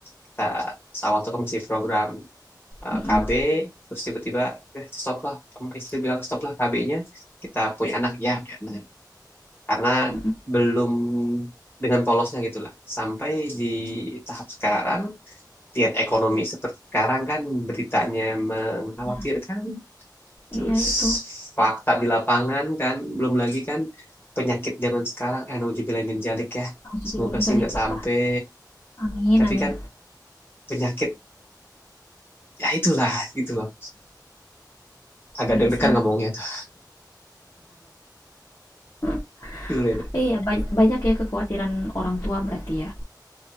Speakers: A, on the left; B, on the left.
A: Kita pas awal tuh kan masih program eh,
B: Mhm,
A: KB terus tiba-tiba eh, stop lah sama istri bilang stop lah KB-nya kita punya anak ya punya anak. karena
B: mhm.
A: belum dengan polosnya gitulah sampai di tahap sekarang lihat ekonomi seperti sekarang kan beritanya mengkhawatirkan,
B: Nah,
A: terus
B: iya itu.
A: fakta di lapangan kan, belum lagi kan penyakit zaman sekarang, eh nauzubillah min dzalik ya,
B: Nauzubillah
A: semoga
B: min dzalik,
A: sih nggak
B: Pak,
A: sampai,
B: Pak. Amin
A: tapi
B: amin.
A: kan penyakit, ya itulah gitu loh. Agak
B: Iya
A: deg-degan
B: sih, man
A: ngomongnya tuh,
B: Heeh.
A: <laughs> gitu, Rin.
B: Iya ba banyak ya kekhawatiran orang tua berarti ya?